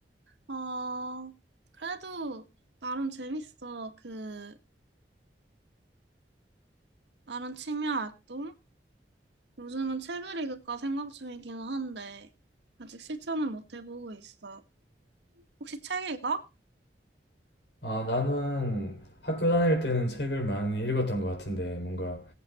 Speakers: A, on the right (about 75°); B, on the left (about 70°).
A: 어, 그래도 나름 재밌어. 그, 나름 취미 활동? 요즘은 책을 읽을까 생각 중이기는 한데, 아직 실천은 못 해보고 있어. 혹시 책 읽어?
B: 아, 나는 학교 다닐 때는 책을 많이 읽었던 것 같은데, 뭔가